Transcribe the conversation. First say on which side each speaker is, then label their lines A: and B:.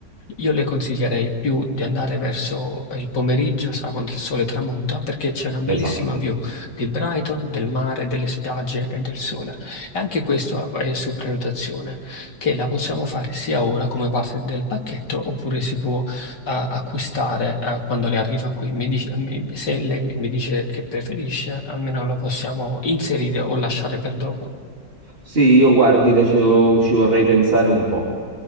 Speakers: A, on the left; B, on the right.
A: Io le consiglierei più di andare verso il pomeriggio, sa, quando il sole tramonta, perché c'è una bellissima
B: Esatto.
A: view di Brighton, del mare, delle spiagge e del sole. E anche questo è su prenotazione, che la possiamo fare sia ora come parte del pacchetto, oppure si può eh, acquistare eh, quando le arriva qui. Mi dice- mi- se lei mi mi dice che preferisce, almeno la possiamo inserire o lasciare per dopo.
B: Sì, io guardi, le- ci ci vorrei pensare un po',